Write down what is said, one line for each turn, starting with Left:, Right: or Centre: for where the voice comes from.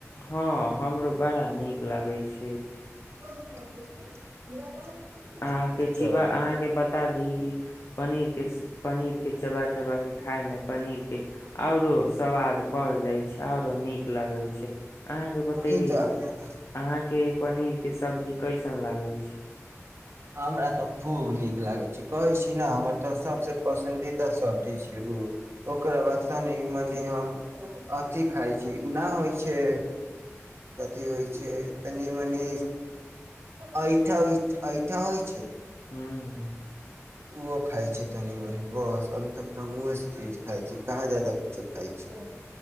Left: हँ हमरो बड़ा नीक लागै छै ठीक
Right: <unintelligible>
Left: अहाँके चिबा
Right: चलू
Left: अहाँके बता दी की पनीर के पनीर के चबा चबा के खाय में पनीर के आओरो सवाद बढ़ जाय छै आर नीक लागै छै अहाँके बते
Right: ई तऽ
Left: ने अहाँके पनीर के सब्जी कैसन लागै छै
Right: हमरा तऽ खूब नीक लागै छै कहै छी ने हमर तऽ सभसँ पसन्दीदा सब्जी छै ओ ओकरा बाद तनि मनि हम अथि खाइत छी ओना होइत छै कथि होइ छै तनि मनि आइ इ हो <unintelligible> इच्छा होइ छै
Left: हँ
Right: ओहो खाइ छै तनी मनि बस अभी तक त हमहेसँ चीज खाइ छी कहाँ जा्यदा कुछो खाइ छै